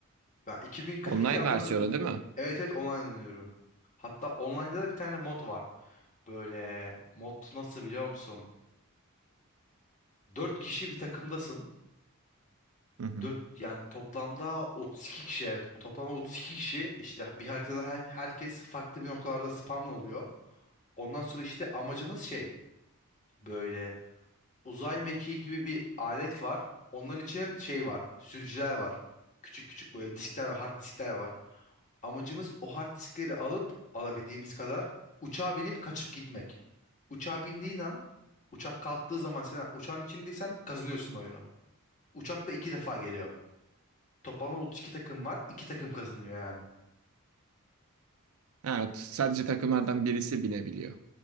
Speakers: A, on the left (about 35°); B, on the right (about 75°).
A: Ben 2042
B: Online
A: amına
B: versiyonu
A: öner-
B: değil mi?
A: Evet evet online oynuyorum. Hatta online'da da bir tane mod var. Böyle mod nasıl biliyor musun? 4 kişi bir takımdasın.
B: Hı hı.
A: Dört yani toplamda 32 kişi evet. Toplamda 32 kişi işte bir haritada her, herkes farklı bir noktalarda spamlı oluyor. Ondan sonra işte amacımız şey böyle uzay mekiği gibi bir alet var. Onların içine şey var. Sürücüler var. Küçük küçük böyle diskler, var. hard diskler var. Amacımız o hard diskleri alıp alabildiğimiz kadar uçağa binip kaçıp gitmek. Uçağa bindiğin an uçak kalktığı zaman sen uçağın içindeysen kazanıyorsun oyunu. Uçak da iki defa geliyor. Toplamda 32 takım var. iki takım kazanıyor yani.
B: Evet, sadece takımlardan birisi binebiliyor.